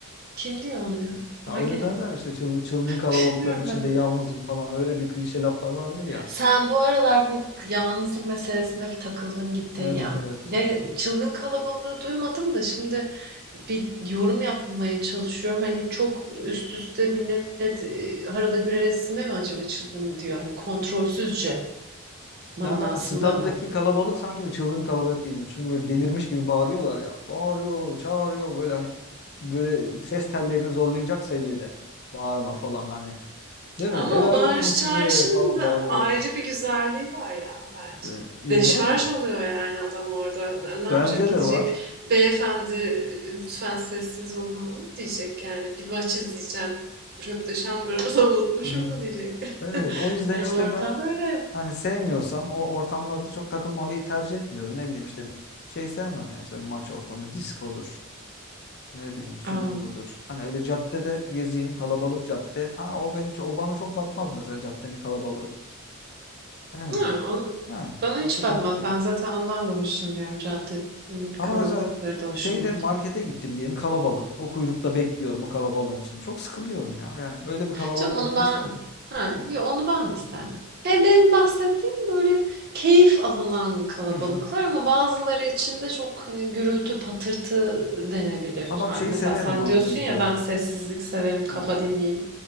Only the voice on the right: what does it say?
kim diyor onu ya? Hangi
laf?
<laughs> Bilmiyorum
ben
Sen bu aralar bu yalnızlık meselesine bir takıldın gittin
ya.
Ne çılgın kalabalığı duymadım da şimdi bir yorum yapmaya çalışıyorum. Hani çok üst üste millet e, harala güreresine mi acaba çılgın diyor? Hani kontrolsüzce manasında
mı?
Ama
o bağırış
çağrışın
da
ayrı bir güzelliği var ya bence.
Deşarj oluyor yani adam orada. Ne
yapacak gidecek
beyefendi lütfen sessiz olun mu diyecek yani. Bir maç izleyeceğim. Röpteşambırımı da <laughs> unutmuşum
mu diyecek.
<laughs>
Yani
ortam
öyle.
Aa,
ha, o-
bana
hiç
batmaz.
Ben zaten ondan da hoşlanıyorum. Cadde
kalabalıkları
da hoşuma
gidiyor.
Canım onu
ben
ha,
yo, onu ben de sevmem. Ben benim bahsettiğim böyle keyif alınan kalabalıklar
ama bazıları için de çok hani gürültü patırtı denebilir.
Yani
mesela
sen
diyorsun
ya ben sessizlik severim, kafa
dinleyeyim,